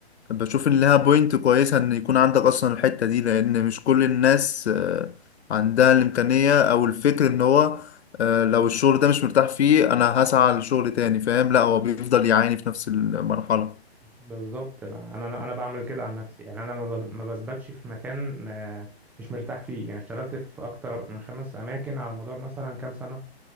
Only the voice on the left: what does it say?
بشوف ان لها بوينت كويسة ان يكون عندك اصلا الحتة دي لان مش كل الناس آه، عندها الامكانية او الفكر ان هو آه، لو الشغل ده مش مرتاح فيه انا هسعى لشغل تاني فاهم لا هو بيفضل يعاني في نفس المرحلة